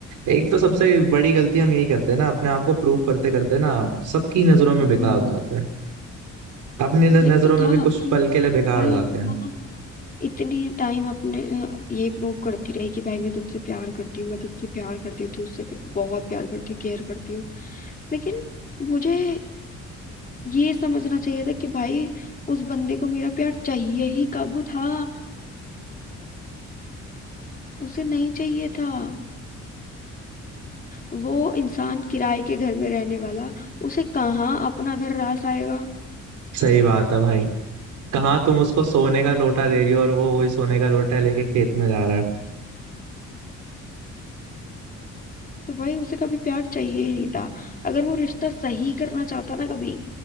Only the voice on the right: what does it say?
एक तो सबसे बड़ी गलती हम यही करते हैं ना अपने आप को प्रूव करते करते ना सबकी नजरों में
बेकार हो जाते हैं अपनी न-
नजरों
में भी कुछ
पल के लिए बेकार
हो जाते हैं
सही बात है भाई कहाँ तुम उसको सोने का लोटा दे रही हो और वो वही सोने का लोटा लेके खेत में जा रहा है